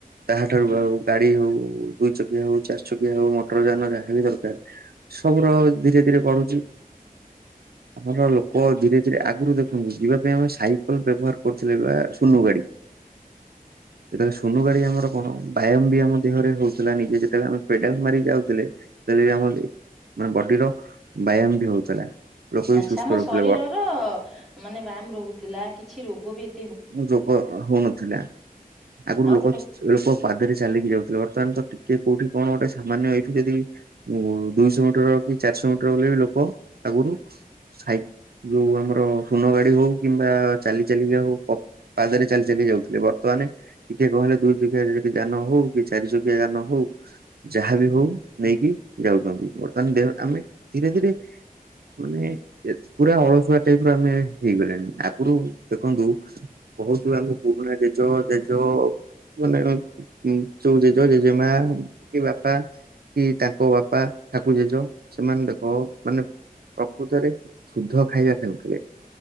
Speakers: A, on the right; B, in the centre.
A: ତାହା ଠାରୁ ଆଉ ଗାଡି ହଉ ଦୁଇ ଚକିଆ ହଉ ଚାରି ଚକିଆ ହଉ ମଟର ଯହାନ ଯାହାବି ଦରକାର ସବୁ ର ଧୀରେ ଧୀରେ ବଢୁଛି। ଆମର ଲୋକ ଧୀରେ ଧୀରେ ଆଗରୁ ଦେଖନ୍ତୁ ଯିବା ପାଇଁ ଆମେ ସାଇକେଲ ବ୍ୟବହାର କରୁଥିଲେ ବେ ସୁନୁ ଗାଡ଼ି ଯେତେବେଳେ ସୁନୁ ଗାଡ଼ି ଆମର କଣ ବ୍ୟାୟାମ ବି ଆମ ଦେହରେ ହଉଥିଲା ନିଜେ ଯେତେବେଳେ ଆମେ ପେଡ଼ାଲ ମାରି ଯାଉଥିଲେ ସେତେବେଳେ ଆମ ମାନେ ବଡ଼ିର ବ୍ୟାୟାମ ବି ହଉଥିଲା। ଲୋକ ବି
B: ଆଚ୍ଛା
A: ସୁସ୍ଥ
B: ଆମ
A: ରହୁଥିଲେ
B: ଶରୀରର ମାନେ ବ୍ୟାୟାମ ରହୁଥିଲା କିଛି ରୋଗ ବି ଏ
A: ରୋଗ ହଉନଥିଲା ଆଗରୁ
B: ଆଉ
A: ଲୋକ
B: ଗୋଟେ କଥା
A: ସେ ଲୋକ ପାଦରେ ଚାଲିକି ଯାଉଥିଲେ ବର୍ତ୍ତମାନ ତ ଟିକେ କୋଉଠି କଣ ଗୋଟେ ସାମାନ୍ୟ ଏଇଠୁ ଯଦି ଦୁଇଶହ ମିଟର କି ଚାରିଶହ ମିଟର ବୋଲି ବି ଲୋକ ଆଗୁରୁ ସାଇ ଯୋଉ ଆମର ସୁନ ଗାଡି଼ ହଉ କିମ୍ବା ଚାଲି ଚାଲି ଯାଉ। ପ ପାଦରେ ଚାଲି ଚାଲି ଯାଉଥିଲେ ବର୍ତ୍ତମାନେ ଟିକେ କଣ ହେଲେ ଦୁଇ ଚକିଆରେ ଯାନ ହଉ କି ଚାରି ଚକିଆ ଯାନ ହୋଉ ଯାହା ବିି ହୋଉ ନେଇକି ଯାଉଚନ୍ତି ବର୍ତ୍ତମାନ ଦେହ ଆମେ ଧୀରେ ଧୀରେ ମାନେ ଏ ପୁରା ଅଳସୁଆ ଟାଇପ୍ ର ଆମେ ହେଇଗଲେଣି ଆଗରୁ ଦେଖନ୍ତୁ ବହୁତୁ ଆମ ପୁରୁଣା ଜେଜ ଜେଜ ମାନେ ଯୋଉ ଜେଜ ଜେଜେମା କି ବାପା କି ତାଙ୍କ ବାପା ଠାକୁ ଜେଜ ସେମାନେ ଦେଖ ମାନେ ପ୍ରକୃତରେ ଶୁଦ୍ଧ ଖାଇବା ଖାଉଥିଲେ